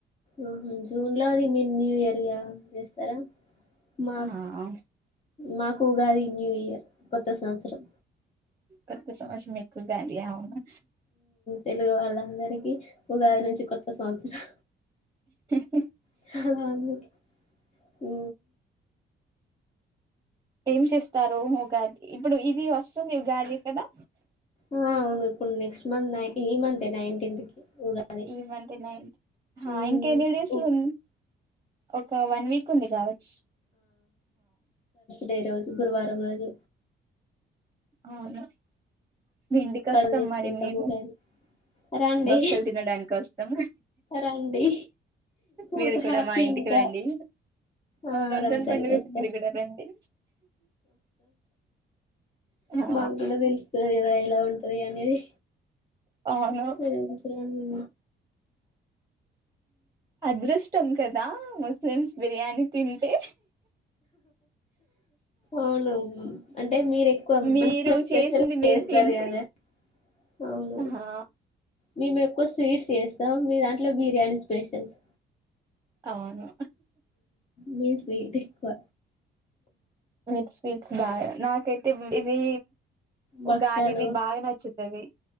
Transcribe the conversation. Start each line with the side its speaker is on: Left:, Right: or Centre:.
Left: ఆహ జూన్ లో అది మీరు న్యూ ఇయర్ గా చేస్తారా మా
Right: ఆహా ఆ
Left: మాకు ఉగాది న్యూ ఇయర్ కొత్త సంవత్సరం
Right: కొత్త సంవత్సరం మీకు ఉగాది అవునా
Left: తెలుగు వాళ్ళందరికీ ఉగాది నుంచి కొత్త సంవత్సరం
Right: చ్
Left: చాలా అందుకే హూ
Right: ఏం చేస్తారు ఉగాది ఇప్పుడు ఇది వస్తుంది ఉగాది కదా
Left: ఆ అవును ఇప్పుడు నెక్స్ట్ మంత్ నై ఈ మంతే నైన్ టీంత్ కి ఉగాది
Right: ఈ మంత్ నై
Left: మ్మ్
Right: ఇంక ఎన్ని డేస్
Left: ఓ
Right: లో ఉన్ ఒక వన్ వీక్ ఉంది కావచ్చు
Left: డే రోజు గురువారం రోజు
Right: అవును మీ ఇంటికి వస్తాం
Left: పనులు చేసుకుంటాం
Right: మరి మేము
Left: ఉగాది రండి
Right: భక్షలు తినడానికి వస్తాం
Left: రండి
Right: మీరు
Left: మాకు
Right: కూడా
Left: హ్యాపీ
Right: మా ఇంటికి
Left: ఇంకా
Right: రండి
Left: ఆ
Right: రంజాన్ పండుగకి
Left: కి వస్తాం
Right: మీరు కూడా రండి ఆ
Left: మాక్కూడ తెలుసు మీ దగ్గర ఎలా ఉం తనియాన్నిది
Right: అవును
Left: మ్మ్ అసలు మీ
Right: అదృస్ టొం కదా ముస్లిమ్స్ బిర్యానీ తింటే
Left: అవును అంటే మీరు ఎక్కువ
Right: మీరు
Left: మంచిగా స్పెషల్
Right: చేసింది మేము
Left: చేస్తారు
Right: తింటే
Left: కదా అవును
Right: ఆహా
Left: మేము ఎక్కువ స్వీట్స్ చేస్తాం మీ దాంట్లో బిర్యానీ స్పెషల్స్
Right: అవును
Left: మీమ్ స్వీట్ ఎక్కువ
Right: మీక్ స్వీట్స్ బాగా నాకైతే మ్మ్ ఇది
Left: భక్షాలు
Right: ఉగాది ది బాగా నచ్చు అది